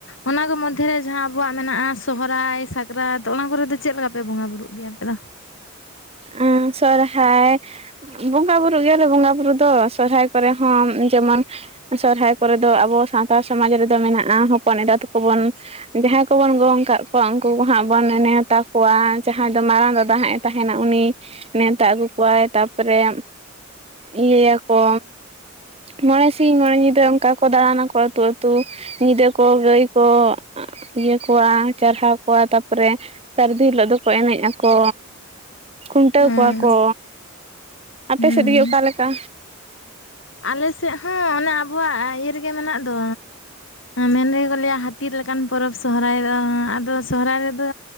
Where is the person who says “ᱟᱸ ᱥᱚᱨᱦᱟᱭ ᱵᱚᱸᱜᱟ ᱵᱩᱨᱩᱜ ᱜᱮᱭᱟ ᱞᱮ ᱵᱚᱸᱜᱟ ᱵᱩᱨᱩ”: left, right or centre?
Right